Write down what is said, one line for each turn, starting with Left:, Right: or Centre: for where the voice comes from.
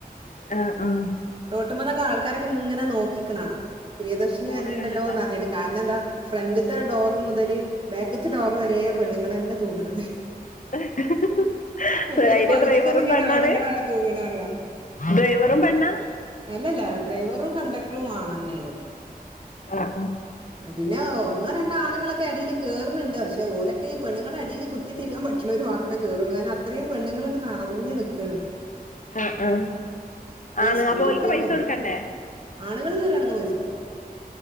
Left: ആഹ് ആഹ്
Right: റോട്ടുമന്നൊക്കെ ആൾക്കാരൊക്കെ ങ്ങനെ നോക്കി നിൽക്ക്ണ്കണാം പ്രിയദർശിനി
Left: പോണ
Right: വര്ണ് ണ്ടലോപറഞ്ഞിട്ട്
Left: കണ്ടിട്ടാ
Right: കാരണം എന്താ ഫ്രണ്ടത്തെ ഡോറ് മുതല് ബാക്ക്ത്തെ ഡോറ് വര പെണ്ണുങ്ങൾ തന്നെ തൂങ്ങ്ണത്.
Left: <unintelligible>
Right: മറ്റേത്
Left: അയില്
Right: പകുതിക്കൊന്നും
Left: ഡ്രൈവറും
Right: ഇങ്ങട്
Left: പെണ്ണാണ്
Right: ആണുങ്ങളാണ് തൂങ്ങുണത് കാണാ.
Left: ഡ്രൈവറും പെണ്ണാ
Right: അല്ലല്ല ഡ്രൈവറും കണ്ടെക്ടറുംആൺ ന്നെയാണ്.
Left: ആഹ്
Right: പിന്നെ ഒന്നോ രണ്ടോ ആണുങ്ങളൊക്കെ ഇടയില് കേറുന്നുണ്ട് പക്ഷെ ഓലൊക്കെ ഈ പെണ്ണുങ്ങളുടെ അടിയില് കുത്തിതിരിക്കാൻ പറ്റണത് മാത്രമേ കേറൊള്ളൂ കാരണംഅത്രയും പെണ്ണുങ്ങള് ഇങ്ങനെ നിറഞ് നിക്കാണ്
Left: ആ ആ ആണ്
Right: സ്കൂൾ
Left: അപ്പൊ
Right: കുട്ടികളും
Left: ഓൽക്ക്പൈസ കൊടുക്കണ്ടേ.
Right: ആണുങ്ങൾ കേറാണങ്കിൽപൈസ കൊടുക്കണം.